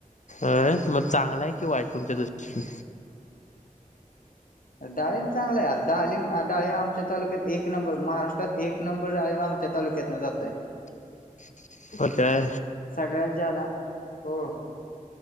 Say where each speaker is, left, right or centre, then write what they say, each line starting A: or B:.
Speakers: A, on the left; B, on the left.
A: अ मग चांगलाय कि वाईट तुमच्या दृष्टीनं?
B: अ डाळिंब चांगलाय आरं डालिंब आ डाळिंब आमच्या तालुक्यात एक नंबर, महाराष्ट्रात एक नंबर डाळिंब आम आमच्या तालुक्यातनं जातंय.
A: <inaudible> हो काय
B: सगळ्यात ज्यादा, हो.